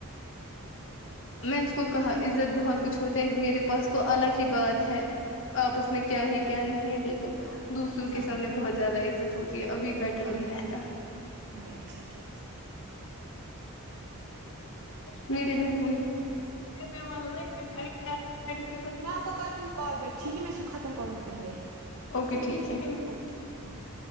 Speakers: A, on the left; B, on the right.
A: میں نے اس کو کہا عزت بہت کچھ ہوتے میرے پاس تو الگ ہی بات ہے آپس میں کیا ہے کیا نہیں ہے لیکن دوسروں
B: ہاں
A: کے سامنے بہت زیادہ عزت ہوتی ہے ابھی بیٹر
B: ہاں
A: نہیں رہتا
B: نہیں اچھا کیا اچھا کیا
A: میری بمپ میں <unintelligible>
B: میں آپ کو کرتی ہوں کال بیک ٹھیک ہے میں اس کو ختم کروں گی پہلے
A: اوکے ٹھیک ہے
B: اوکے اوکے اللہ حافظ